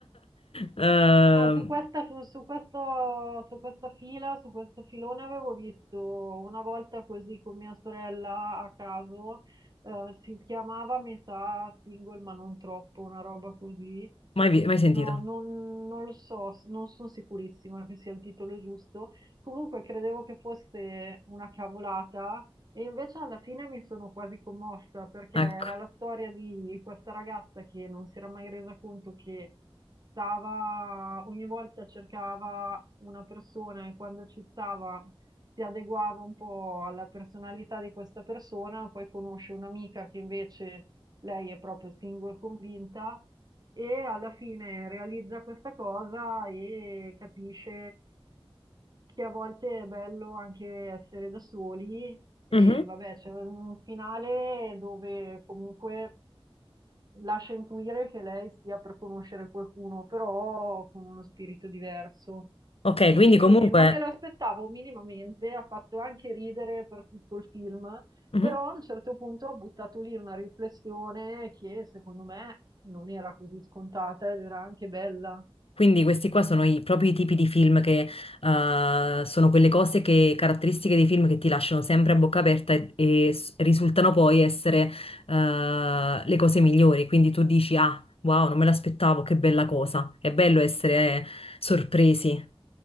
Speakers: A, on the left; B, on the right.
A: <laughs>
B: Ah, su
A: Eh,
B: questa, su, su questo, su questa fila, su questo filone avevo visto una volta così con mia sorella a caso, eh, si chiamava, mi sa, single ma non troppo, una roba così.
A: mai, vi- mai sentito?
B: No, non, non lo so, s- non sono sicurissima che sia il titolo giusto. Comunque credevo che fosse una cavolata e invece alla fine mi sono quasi commossa perché
A: Ecco.
B: era la storia di questa ragazza che non si era mai resa conto che stava, ogni volta cercava una persona e quando ci stava si adeguava un po' alla personalità di questa persona, poi conosce un'amica che invece lei è proprio single convinta e alla fine realizza questa cosa e capisce che a volte è bello anche essere da soli e
A: Mhm.
B: vabbè, c'è un finale dove comunque lascia intuire che lei stia per conoscere qualcuno, però con uno spirito diverso.
A: Ok,
B: Quindi
A: quindi comunque...
B: non me l'aspettavo minimamente, ha fatto anche ridere per tutto il film
A: mhm.
B: però a un certo punto ha buttato lì una riflessione che secondo me non era così scontata ed era anche bella.
A: Quindi questi qua sono i propri tipi di film che eh, sono quelle cose che, caratteristiche dei film che ti lasciano sempre a bocca aperta e, e s- risultano poi essere eh, le cose migliori. Quindi tu dici, ah, wow, non me l'aspettavo, che bella cosa. È bello essere eh, sorpresi.